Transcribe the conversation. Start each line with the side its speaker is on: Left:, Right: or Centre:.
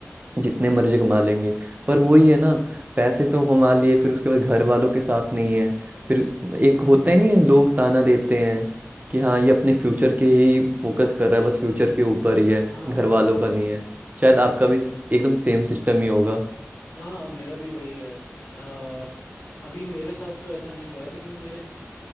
Left: हम्म
Right: जितने
Left: हम्म,
Right: मर्जी कमा लेंगे पर वही है ना पैसे तो कमा लिए फिर उसके बाद घर वालों के साथ नहीं है फिर एक होता ही नहीं है लोग ताना देते हैं कि हाँ ये अपने फ्यूचर के ही फोकस कर रहा है बस फ्यूचर के ऊपर ही है
Left: हाँ
Right: घर वालों का नहीं है शायद आपका भी स- एकदम सेम सिस्टम ही होगा
Left: हाँ मेरा भी वही है अ, अभी मेरे साथ तो ऐसा नहीं हुआ है लेकिन मेरे